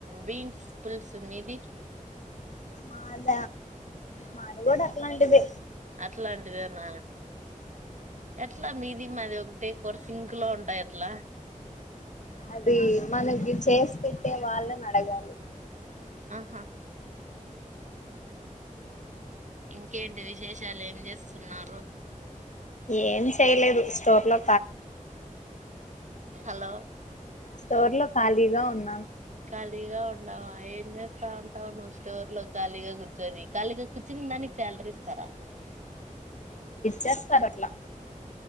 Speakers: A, on the right; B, on the left.
A: బీన్స్ పులుసు మీది
B: మాద మాది గుడ అట్లాంటిదె
A: ఇట్లాంటిదేన ఎట్ల మీద్ మీది మాది ఒకటే కొర సింకు లో ఉంటాయి అట్ల
B: అది మనకి చేసి పెట్టే వాళ్ళని అడగాలి
A: ఆహా ఇంకేంటి విశేషాలు ఏం చేస్తున్నారు
B: ఏం చేయలేదు స్టోర్ లొ
A: హలో
B: స్టోర్ లో ఖాళీగ ఉన్నాను
A: ఖాళీగ ఉండావ ఏం చేస్తా ఉంటావ్ నువ్వు స్టోర్ లో ఖాళీగ కుర్చ్ ర్చొని ఖాళీగ కూర్చున్న దానికి శాలరీ ఇస్తార
B: చేస్తారు అట్ల